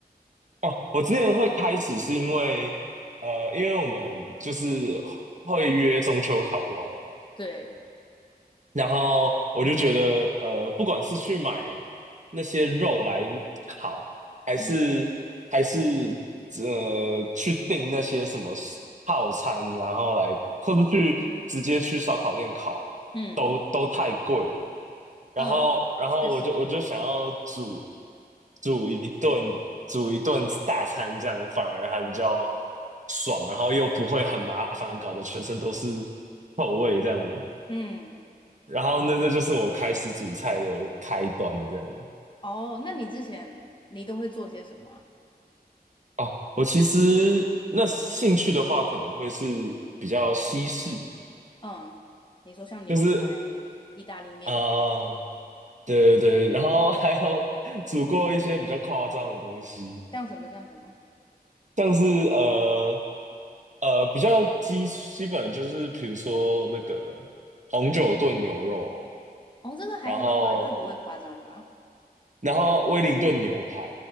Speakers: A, on the right (about 50°); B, on the left (about 30°).
A: 哦，我之前会开始是因为，呃，因为我们就是会约中秋烤肉嘛，
B: 对。
A: 然后我就觉得，呃，不管是去买那些肉来烤，还是还是
B: 嗯
A: 呃去订那些什么套餐，然后来，或者去直接去烧烤店烤，
B: 嗯
A: 都都太贵了。然后然后我就我就想要煮
B: 嗯，确实，
A: 煮一顿煮一顿大餐，这样反而还比较爽，然后又不会很麻烦，搞得全身都是臭味这样。
B: 嗯，
A: 然后那那就是我开始煮菜的开端，这样。
B: 哦，那你之前你都会做些什么啊？
A: 哦，我其实那兴趣的话，可能会是比较西式，
B: 嗯，你说像牛排、
A: 就是
B: 意大利面，
A: 啊、呃对对对，然后还有 <laughs> 煮过一些比较夸张的东西，
B: 像什么像什么？
A: 像是呃呃，比较基基本就是比如说那个红酒炖牛肉，
B: 哦，这个还好吧，
A: 然后
B: 这不会夸张吧？
A: 然后威灵顿牛排，